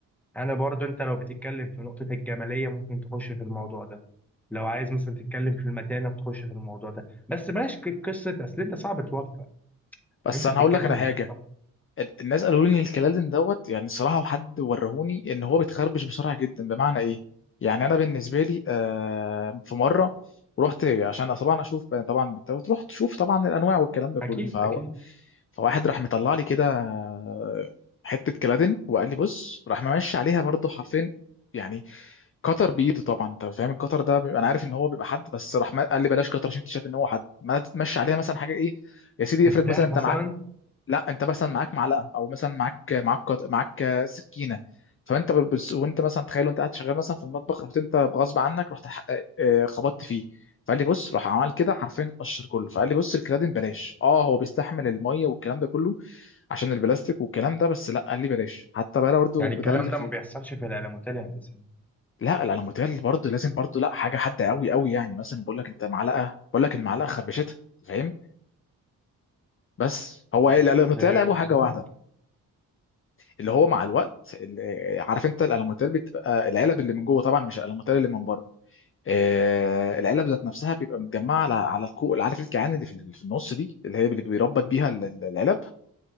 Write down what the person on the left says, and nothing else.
بس
انا
هقول لك على
حاجه الناس قالوا لي ان الكلادن دوت يعني صراحه وحد ورهوني ان هو بيتخربش بسرعه جدا بمعنى ايه يعني انا بالنسبه لي آه، في مره رحت عشان طبعا اشوف طبعا بت- رحت تشوف طبعا الانواع والكلام ده كله
ف
فواحد راح مطلع لي كده آه، حته كلادن وقال لي بص راح ممشي عليها برضو حرفين يعني كتر بايده طبعا انت فاهم الكتر ده بيبقى انا عارف ان هو بيبقى حد بس راح ما- قال لي بلاش كتر عشان انت شايف ان هو حد ما تمشي عليها مثلا حاجه ايه يا سيدي
افرض مثلا انت
معاك لا انت مثلا معاك معلقه او مثلا معاك معاك قط... معاك سكينه فانت بال- بس وانت مثلا تخيل وانت قاعد شغال مثلا في المطبخ رحت انت غصب عنك رحت ح- آه، خبطت فيه فقال لي بص راح عمل كده حرفيا اتقشر كله فقال لي بص الكرادين بلاش اه هو بيستحمل الميه والكلام ده كله عشان البلاستيك والكلام ده بس لا قال لي بلاش حتى بقى برضه
ده اللي
خل...
لا الالوميتال برضه لازم برضه لا حاجه حاده قوي قوي يعني مثلا بقول لك انت معلقه بقول لك المعلقه خربشتها فاهم بس هو
ايه الالوميتال
لعبه حاجه
واحده اللي هو مع الوقت اللي- عارف انت الالومنتال بتبقى العلب اللي من جوه طبعا مش الالومنتال اللي من بره آه العلب ذات نفسها بيبقى متجمعه على على الكوع عارف الكيعان اللي في اللي في النص دي اللي هي اللي بيربط بيها ال- ال- العلب